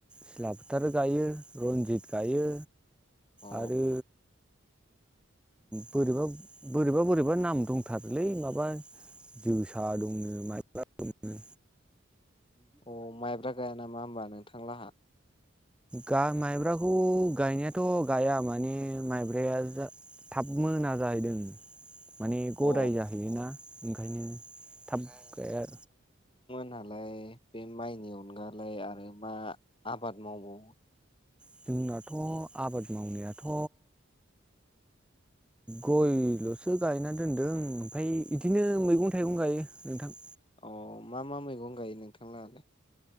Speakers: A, in the centre; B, on the left.
A: सिला फोथार गायो रन्जित गायो
B: अ
A: आरो बोरैबा बोरैबा बोरैबा नाम दंथारोलै माबा जोसा दंनो माइब्रा दंनो
B: अ माइब्रा गाया नामा होमबा नोंथांलाहा?
A: गा माइब्राखौ गायनायाथ' गाया माने माइब्राया जा थाब मोना जाहैदों माने गदाय
B: अ
A: जाहैयोना ओंखायनो थाब गाया
B: नालाय बे माइनि अनगालाय आरो मा आबाद मावबावो
A: जोंनाथ' आबाद मावनायाथ'
B: <unintelligible>
A: गयल'सो गायना दोनदों ओमफ्राय बिदिनो मैगं थाइगं गायो नोंथां
B: अ मा मा मैगं गायो नोंथांलाहालाय?